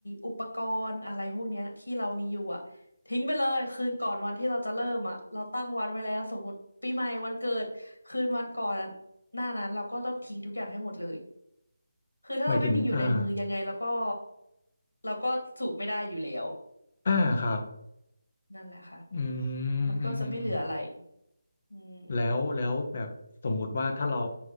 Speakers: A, on the left; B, on the left.
A: อุปกรณ์อะไรพวกเนี้ยที่เรามีอยู่อ่ะทิ้งไปเลยคืนก่อนวันที่เราจะเริ่มอ่ะเราตั้งวันไว้แล้วสมมติปีใหม่วันเกิดคืนวันก่อนอะหน้านั้นเราก็ต้องทิ้งทุกอย่างให้หมดเลยคือถ้าเราไม่มีอยู่ในมือยังไงเราก็
B: หมายถึงอ่า
A: เราก็สูบไม่ได้อยู่แล้ว
B: อ่าครับ
A: นั่นแหละค่ะ
B: อืมอืมอืม
A: มันก็จะไม่เหลืออะไรอืม
B: แล้วแล้วแบบสมมุติว่าถ้าเรา